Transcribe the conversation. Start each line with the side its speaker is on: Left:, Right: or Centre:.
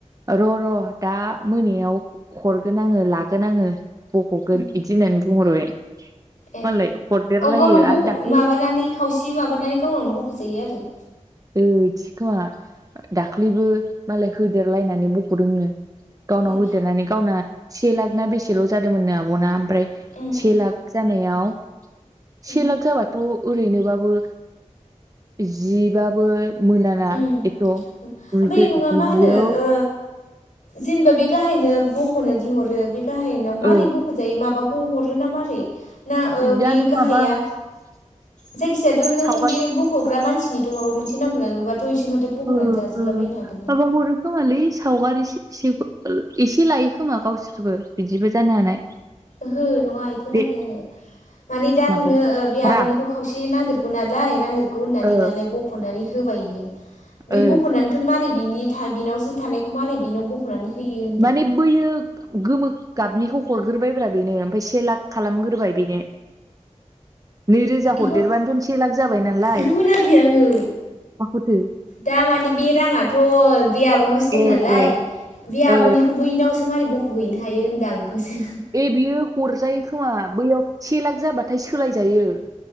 Right: र' र' दा मोनायाव हरगोन आङो लागोन आङो बख'गोन
Left: ओं
Right: बिदि होननानै बुंहरबाय
Left: ए
Right: मालाय हरदेरलायो
Left: अ गावनाव बख'
Right: आरो दाख्लै
Left: माबानानै खावसे माबानानै गावनावनो बख'जायो आरो
Right: औ‌ इदिखोमा दाख्लैबो मालाय होदेरलायनानै बख'दोंनो गावनाव
Left: ए
Right: होदेरनानै गावना से लाख ना बेसेल' जादोंमोननो आब'ना ओमफ्राय
Left: उम
Right: से
Left: उम
Right: लाख जानायाव
Left: उम
Right: से लाख जाबाथ' ओरैनोबाबो जिबाबो मोनाना
Left: ओम
Right: एथ'
Left: ओमफ्राय
Right: गुजि
Left: नङा
Right: गुजियाव
Left: मा होनो ओ जेनेबा बे गाहायनो बख'नो दिहरो बे गाहायनाव मारै
Right: ओ
Left: बख' जाय माबाखौ हरो ना मारै ना
Right: जानो
Left: बे गाहाया
Right: माबा
Left: जायखिजायाथ' नों
Right: सावगा
Left: ब बख'ग्रा मानसिनिथ' माबा मोनसे नांगोन नुबाथ' इसे माथो
Right: ओ
Left: बख'नानै जाजोबला
Right: ओ
Left: बायनो हागोन ने
Right: माबा हरो खोमालै सावगारि एसे ओ एसे लायो खोमा गावसोर गुुबो बिदिबो जानो हानाय
Left: ओहो नङा बेखौ होनाखि
Right: बे
Left: आङो माने दा
Right: माखौ
Left: नोङो बे आब'निखौ
Right: रां
Left: खावसे नांदेरगौ नालाय नांदेरगौ होननानै
Right: ओ
Left: दालाय बख'नानै होबायो बे
Right: ओ
Left: बख'नानै बन मारै बिनि बिनावसो थानायखौ मारै बिनाव ब हख'नानै होयो होनदां
Right: माने बोयो गोमो गाबनिखौ हरग्रोबाय ब्रा बेनो ओमफ्राय से लाख खालामग्रोबाय बेनो। नैरोजा
Left: इखौ
Right: हरदेरबानोथ' से लाख जाबाय नालाय
Left: इखौ होनाखै आङो
Right: माखौथो
Left: दा माने बे राङाथ' बे आब'नावसो दं
Right: ए
Left: नालाय
Right: ए
Left: बे
Right: ओ
Left: बैयैनावसो मारै बख'हैनो हायो होनदां इखौसो
Right: ए बियो हरजायो खोमा बैयाव से लाख जाबाथाय सोलायजायो।